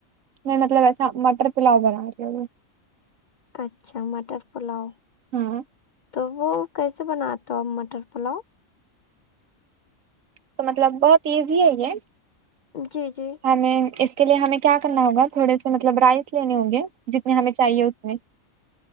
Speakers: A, on the right; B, on the left.
A: میں مطلب ایسا مٹر پلاؤ بنا رہی ہوں
B: اچھا مٹر پلاؤ
A: ہاں
B: تو وہ کیسے بناتےہو آپ مٹر پلاؤ
A: تو مطلب بہت ایزی ہے یہ
B: جی جی
A: نہیں اس کے لیے ہمیں کیا کرنا ہوگا تھوڑے سے مطلب رائس لینے ہوں گے جتنے ہمیں چاہیے اتنے